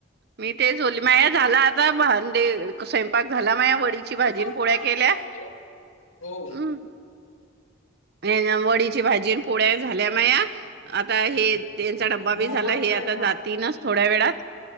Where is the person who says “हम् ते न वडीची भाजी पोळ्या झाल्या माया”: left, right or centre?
Right